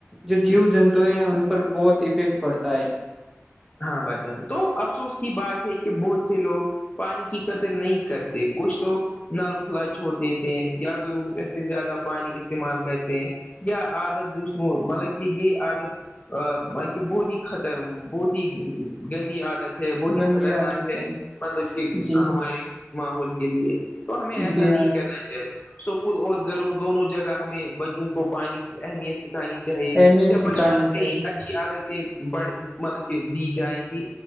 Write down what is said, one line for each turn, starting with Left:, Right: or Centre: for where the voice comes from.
Centre: جو جیو جنتو ہیں ان پر بہت افیکٹ پڑتا ہے
Left: ہاں ب جان تو افسوس کی بات ہے کہ بہت سے لوگ پانی کی قدر نہیں کرتے کچھ لوگ نل کھلا چھوڑ دیتے ہیں یا ضرورت سے زیادہ پانی استعمال کرتے ہیں عادت دوسروں مطلب کہ یہ عادت ا کہ بہت ہی خترم بہت گندی عادت ہے بہت ہی
Centre: گندی
Left: خطرناک
Centre: عادتیں
Left: ہے مطلب کہ
Centre: جی
Left: ہماریے ماحول کے لیے تو ہمیں ایسا
Centre: جی
Left: نہیں کرنا چاہیے سکول اور گھروں دونوں جگہ ہمیں بچوں کو پانی کی اہمیت سے انی چاہیے
Centre: اہمیت سکھانی
Left: بچپن
Centre: چاہیے
Left: سے ہی اچھی عادتیں بڑ مطلب دی جائے گی